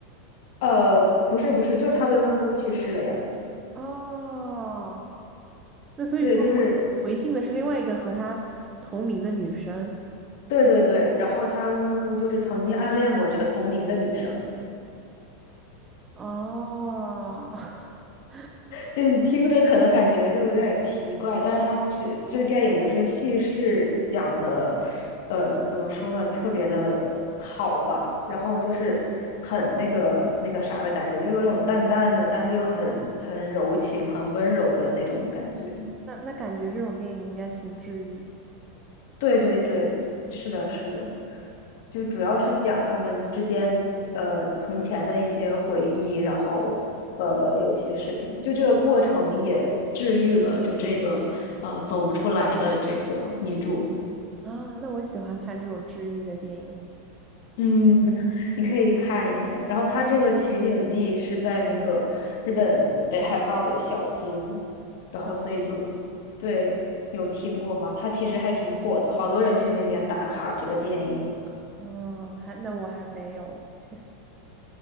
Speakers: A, on the left; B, on the right.
A: 呃，不是不是，就是他未婚夫去世了呀。
B: 哦，那所以说回回信的是另外一个和他同名的女生。
A: 对，就是对对对，然后他未婚夫就是曾经暗恋过这个同名的女生。
B: 哦，<laughs>
A: 就你听着可能感觉就有点奇怪，但是它就是这个电影就是叙事讲的，呃，怎么说呢，特别的好吧，然后就是很那个那个啥的感觉，就有种淡淡的，但是又很很柔情、很温柔的那种感觉。
B: 那那感觉这种电影应该挺治愈的
A: 对对对，是的，是的。就主要是讲他们之间呃从前的一些回忆，然后呃有一些事情，就这个过程也治愈了就这个呃走不出来的这个女主。
B: 啊。那我喜欢看这种治愈的电影。
A: 嗯，你可以看一下。然后它这个取景地是在那个日本北海道的小樽，然后所以就
B: 小，
A: 对，有听过吗？它其实还挺火的，好多人去那边打卡这个电影。
B: 嗯，还那我还没有，其实